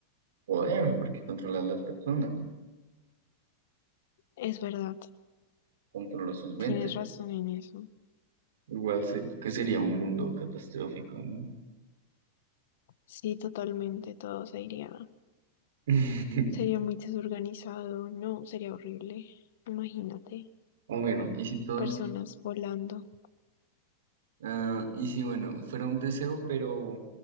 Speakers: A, on the right; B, on the left.
A: poder, porque controlas las personas,
B: Es verdad,
A: controlas sus mentes.
B: tienes razón en eso.
A: Igual se- que sería un mundo catastrófico, ¿no?
B: Sí, totalmente, todo se iría.
A: <laughs>
B: Sería muy desorganizado, no, sería horrible. Imagínate,
A: O bueno, y si todos
B: personas volando.
A: Ah, y sí, bueno, fuera un deseo, pero